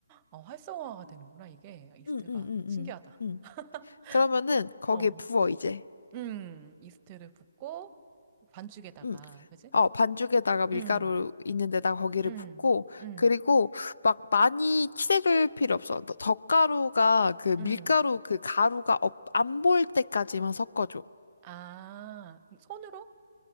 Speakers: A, on the right; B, on the left.
A: 어, 활성화가 되는구나, 이게. 이스트가.
B: 응, 응, 응,
A: 신기하다.
B: 응, 응.
A: <laughs>
B: 그러면은 거기에
A: 어.
B: 부어 이제.
A: 음, 이스트를 붓고 반죽에다가,
B: 응.
A: 그지?
B: 어, 반죽에다가 밀가루
A: 음,
B: 있는데다가 거기를
A: 음,
B: 붓고
A: 음,
B: 그리고 막 많이 칠해줄 필요 없어. 너- 덧가루가 그
A: 음.
B: 밀가루 그 가루가 안 보일 때까지만 섞어줘.
A: 아, 그럼 손으로?